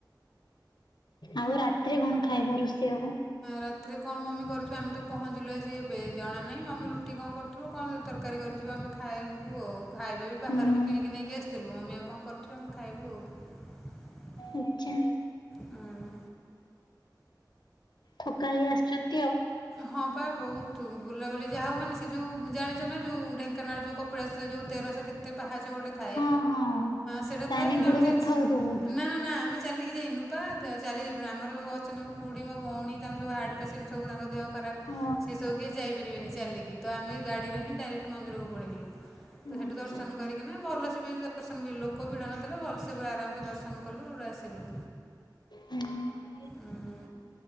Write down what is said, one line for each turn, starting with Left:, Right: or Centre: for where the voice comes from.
Left: ଆଉ ରାତିରେ କଣ ଖାଇବା ରୋଷେଇ ହବ?
Centre: ରାତିରେ କଣ ମମି କରିଛୁ ଆମେ ତ ପହଞ୍ଚିଲୁ ଆଜି ଏବେ ଜଣ ନାହିଁ। ମମି ରୁଟି କଣ କର କଣ ତରକାରୀ କରିଥିବ ଆମେ ଖାଇବୁ ଆଉ ଖାଇବା ବି ବାହାରୁ
Left: ହୁଁ
Centre: ବି କିଣିକି ନେଇକି ଆସିଥିଲୁ ମମି ଆ କଣ କରି ଆମେ ଖାଇବୁ ଆଉ।
Left: ଆଛା।
Centre: ହୁଁ।
Left: ଥକା ହେଇ ଆସିଛନ୍ତି ଆଉ।
Centre: ହଁ ପା ବହୁତ। ତୁ ବୁଲାବୁଲି ଯାହା ହଉ ମାନେ ସେ ଯେଉଁ ଜାଣିଛ ନା ଯୋଉ ଢେଙ୍କାନାଳ ର ଯୋଉ କପିଳାସ ରେ ଯେଉଁ ତେରସହ କେତେ ପାହାଚ ଗୋଟେ ଥାଏ
Left: ହଁ ହଁ
Centre: ସେଟା
Left: ତାହେଲେ
Centre: ଥାଏ କିନ୍ତୁ
Left: ଗୋଡ
Centre: ଆମେ ଟିକେ
Left: ବଥା ହଉଥିବ ବହୁତ।
Centre: ନା ନା ନା ଚାଲିକି ଯାଇନୁପା ଚାଲି ଯିବନି ଆମର ସବୁ ଅଛନ୍ତି ମୋ ଖୁଡି ମୋ ଭଉଣ ତାଙ୍କ ସବୁ ହାର୍ଟ ପେସେଣ୍ଟ ସବୁ ତାଙ୍କ ଦେହ ଖରାପ
Left: ହଁ
Centre: ସେ ସବୁ କେହି ଯାଇପାରିବେିନି ଚାଲିକି ତ ଆମେ ଗାଡ଼ିରେ ହିଁ ଡାଇରେକ୍ଟ ମନ୍ଦିରକୁ ପଳେଇଲୁ। ତ ସେଇଠୁ
Left: ଆଚ୍ଛା
Centre: ଦର୍ଶନ କରିକିନା ଭଲ ସେ ବି ଦର୍ଶନ ବି ଲୋକ ଭିଡ ନଥିଲା ଭଲସେ ପୁର ଆରାମସେ ଦର୍ଶନ ରୁ ଆସିଲୁ।
Left: ହୁଁ
Centre: ଉଁ,